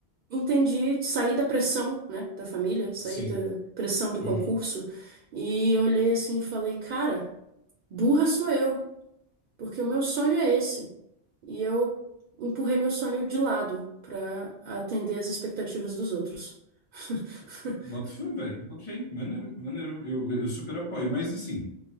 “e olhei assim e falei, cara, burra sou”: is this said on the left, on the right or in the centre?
Right